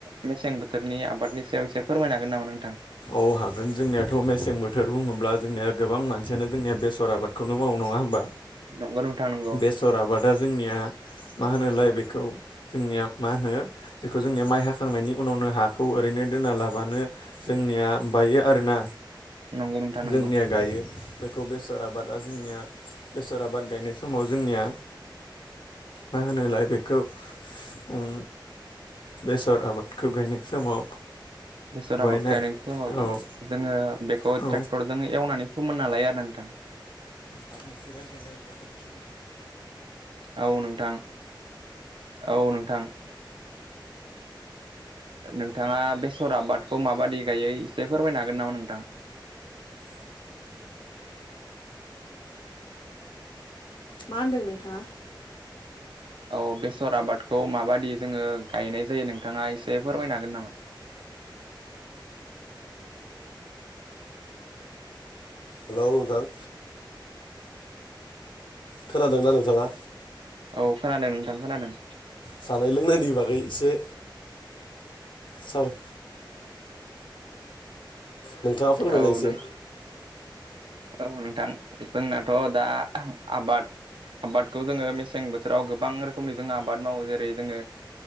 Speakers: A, on the right; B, on the left.
A: मेसें बोथोरनि आबादनि सायाव एसे फोरमायनो हागोन नामा नोंथां।
B: औ हागोन जोंनियाथ' मेसें बोथोर बुङोब्ला जोंनिया गोबां मानसियानो जोंनिया बेसर आबादखौनो मावो नङा होमबा।
A: नंगौ नोंथां नंगौ
B: बेसर आबादा जोंनिया मा होनोलाय बे औ जोंनिया मा होनो जेखौ जोंनिया माइ हाखांनायनि उनावनो हाखौ ओरैनो दोना लाबानो जोंनिया बायो आरोना
A: नंगौ नोंथां नंगौ
B: जोंनिया गायो। बेखौ बेसर आबादा जोंनिया बेसर आबाद गायनाय समाव जोंनिया मा होनोलाय बेखौ ओम बेसर आबादखौ गायनाय समाव
A: बेसर
B: बायनाय
A: आबाद गायनाय समनावजों
B: औ
A: जोङो बेखौ
B: औ
A: ट्रेक्टरजों एवनानै फोमोनना लायो आरो नोंथां।
B: बारनोसेरायखायनो बे गिन <unintelligible> <unintelligible>
A: औ नोंथां, औ नोंथां नोंथाङा बेसर आबादखौ माबादि गायो एसे फोरमायनो हागोन नामा नोंथां।
B: <inaudible> मा होनदों नोंथाङा?
A: औ बेसर आबादखौ माबाददि जोङो गायनाय जायो नोंथाङा एसे फोरमायनो हागोन नामा?
B: <inaudible> हेल' नोंथां। खोनादोंना नोंथाङा?
A: औ खोनादों नोंथां खोनादों।
B: जानाय लोंनायनि बागै एसे सर नोंथाङा फोरमायलाय
A: औ
B: एसै
A: नों औ नोंथां जोंनाथ' दा आबाद आबादखौ जोङो मेसें बोथोराव गोबां रोखोमनि जोङ आबाद मावो जेरै जोङो